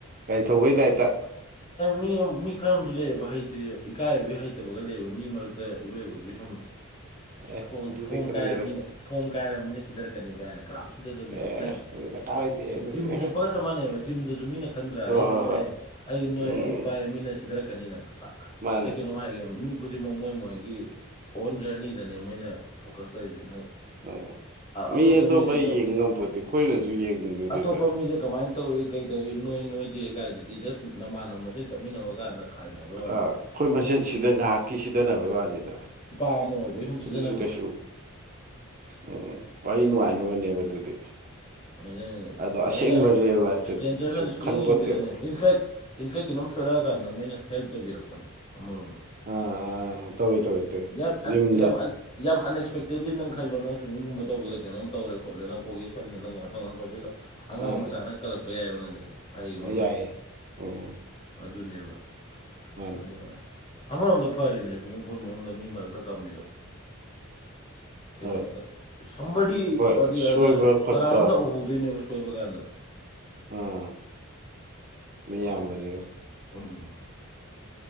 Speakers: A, on the right; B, on the left.
A: ꯒꯥꯥꯏ ꯊꯧꯕꯩ ꯗꯥꯏꯇ
B: ꯃꯤ ꯃꯤ ꯈꯔ ꯑꯃꯁꯨ ꯂꯩꯑꯕ ꯍꯩꯇ꯭ꯔꯤꯁꯦ ꯏꯀꯥꯏꯕꯒꯤ ꯍꯩꯇꯕꯒ ꯂꯩꯑꯕ ꯃꯤ ꯃꯔꯛꯇ ꯏꯔꯣꯏꯕꯒꯤ ꯁꯨꯝ
A: ꯑꯦ
B: ꯐꯣꯝ
A: ꯑꯗꯨꯗꯤ
B: ꯐꯣꯝ
A: ꯈꯟꯗꯦꯗ
B: ꯀꯥꯏꯃꯤꯅ ꯐꯣꯝ ꯀꯥꯏꯔꯕꯃꯤꯅ ꯁꯤꯊꯔꯛꯀꯅꯤ ꯀꯥꯏꯅ ꯀꯔꯝ ꯁꯤꯊꯗꯕꯅꯤ
A: ꯑꯦ
B: ꯏꯠꯁ ꯂꯥꯏꯛ
A: ꯑꯗꯨ ꯗꯔꯀꯥꯔ ꯂꯩꯇꯦ ꯑꯗꯨꯗꯤ
B: ꯖꯤꯝ
A: ꯑꯦ
B: ꯆꯠꯄꯒ ꯆꯞ ꯃꯥꯟꯅꯩꯕ ꯖꯤꯝꯗꯁꯨ ꯃꯤꯅ ꯈꯟꯗ꯭ꯔꯥ
A: ꯍꯣꯏ
B: ꯑꯩ
A: ꯍꯣꯏ
B: ꯅꯣꯏꯌꯦ
A: ꯍꯣꯏ
B: ꯑꯩ ꯅꯣꯏ
A: ꯎꯝ
B: ꯑꯩ ꯄꯥꯏ ꯃꯤꯅ ꯁꯤꯙꯔꯛꯀꯅꯤꯅ
A: ꯃꯥꯅꯦ
B: ꯑꯩ ꯀꯩꯅꯣꯝ ꯍꯥꯏꯒꯦ ꯃꯤ ꯈꯨꯗꯤꯡꯃꯛ ꯃꯣꯏ ꯃꯣꯏꯒꯤ ꯑꯣꯟ ꯖꯔꯅꯤ ꯁꯤꯗꯅꯦ ꯃꯣꯏꯅ ꯐꯣꯀꯁ ꯇꯧꯔꯤꯁꯤ ꯅꯪ
A: ꯑꯥ ꯃꯤ
B: ꯑꯇꯣꯞꯄ ꯃꯤꯁꯦ
A: ꯌꯦꯡ ꯉꯝꯄꯣꯠꯇꯦ ꯑꯩꯈꯣꯏꯅꯁꯨ ꯌꯦꯡꯅꯤꯡꯉꯨꯗꯦꯗꯅ
B: ꯑꯇꯣꯞꯄ ꯃꯤꯁꯦ ꯀꯃꯥꯏꯅ ꯇꯧꯏ ꯀꯩ ꯇꯧꯏ ꯅꯣꯏ ꯅꯣꯏꯗꯦ ꯀꯥꯏꯗꯨꯗꯤ ꯖꯁ ꯅꯃꯥꯟꯅ ꯃꯁꯦꯟ ꯆꯠꯃꯤꯟꯅꯕ ꯀꯥꯟꯗ ꯈꯥꯏꯅꯕꯩ ꯋꯥꯅꯤ
A: ꯑꯩꯈꯣꯏ ꯃꯁꯦꯟ ꯁꯤꯗ ꯉꯥꯏꯍꯥꯛꯀꯤ ꯁꯤꯗꯅꯕꯩ ꯋꯥꯅꯤꯗꯅ
B: ꯅꯨꯄꯥ ꯑꯃ ꯑꯣꯏꯕꯒꯤ ꯁꯨꯝ ꯁꯤꯖꯤꯟꯅꯕꯗꯣ
A: ꯑꯗꯨꯁꯨ ꯀꯩꯁꯨ ꯎꯝ ꯋꯥꯔꯤ ꯅꯨꯡꯉꯥꯏꯅꯕꯅꯦꯕ ꯑꯗꯨꯗꯤ
B: ꯑꯗꯨ
A: ꯑꯗꯣ
B: ꯊꯑꯣꯏꯅ
A: ꯑꯁꯦꯡꯕ ꯔꯤꯌꯦꯜ ꯂꯥꯏꯐꯇꯗꯤ
B: ꯏꯁꯇ꯭ꯔꯦꯟꯖꯔꯅꯗꯤ
A: ꯀꯩꯁꯨ
B: ꯁꯨꯛꯌꯦꯡ
A: ꯈꯟꯄꯣꯠꯇꯦꯕ
B: ꯌꯦꯡꯕꯤꯗꯕꯅꯦ ꯏꯟꯐꯦꯛ ꯏꯟꯐꯦꯛ ꯀꯟꯣꯝ ꯁꯣꯏꯔꯛꯑꯀꯥꯟꯗ ꯃꯣꯏꯅ ꯍꯦꯜꯞ ꯇꯧꯕꯤꯔꯛꯄꯅꯦ ꯑꯃꯔꯣꯝꯗ
A: ꯑꯥ ꯇꯧꯋꯤ ꯇꯧꯋꯤ ꯇꯧꯋꯤ
B: ꯌꯥꯝꯟꯟ
A: ꯖꯤꯝꯗ
B: ꯌꯥꯝꯝ ꯌꯥꯝ ꯑꯟꯑꯁꯄꯛꯇꯦꯗꯂꯤ ꯅꯪ ꯈꯜꯣ ꯅꯪ꯭ꯋꯤꯝꯡꯒꯨꯝꯕ ꯇꯧꯕꯗ ꯀꯩꯅꯣꯝꯧꯦ ꯈꯣꯠꯂ ꯅꯪ ꯀꯣꯀꯦ ꯁꯂꯦ ꯅꯪ ꯉꯇꯪ ꯑꯟꯀꯁꯤꯗ ꯑꯉꯥꯡ
A: ꯑꯥ
B: ꯃꯆꯥ ꯅꯪ ꯀꯜꯂꯛꯄ ꯌꯥꯏꯑꯕ ꯅꯪꯗꯤ ꯍꯍꯩꯕ ꯑꯃꯅ
A: ꯌꯥꯏꯌꯦ ꯎꯝ
B: ꯑꯗꯨꯅꯦꯕ
A: ꯃꯥꯅꯦ
B: ꯑꯗꯨꯅ ꯑꯃꯔꯣꯝꯗ ꯐꯔꯤꯅꯦ ꯁ꯭ꯋꯤꯃꯤꯡ ꯄꯨꯜ ꯃꯅꯨꯡꯗ ꯃꯤ ꯃꯔꯛꯇ ꯇꯝꯃꯤꯗꯣ ꯀꯩꯅꯣ
A: ꯍꯣꯏ
B: ꯁꯝꯕꯗꯤ ꯑꯣꯏꯔꯗꯤ
A: ꯍꯣꯏ ꯁꯣꯏꯕ
B: ꯑꯗꯔ
A: ꯈꯣꯠꯄ
B: ꯀꯅꯥꯔꯣꯝꯗ ꯎꯍꯧꯗꯣꯏꯅꯦꯕ ꯁꯣꯏꯕ ꯀꯥꯟꯗ
A: ꯑꯥ ꯃꯤ ꯌꯥꯝꯕꯅꯤꯅ
B: ꯑ ꯎꯝ